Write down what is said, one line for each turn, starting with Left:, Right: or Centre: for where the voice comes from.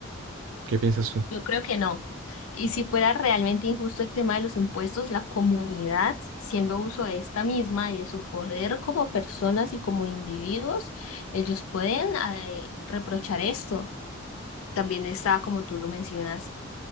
Right: ¿Qué piensas tú?
Left: Yo creo que no. Y si fuera realmente injusto el tema de los impuestos, la comunidad, siendo uso de esta misma y de su poder como personas y como individuos, ellos pueden eh, reprochar esto. También está, como tú lo mencionas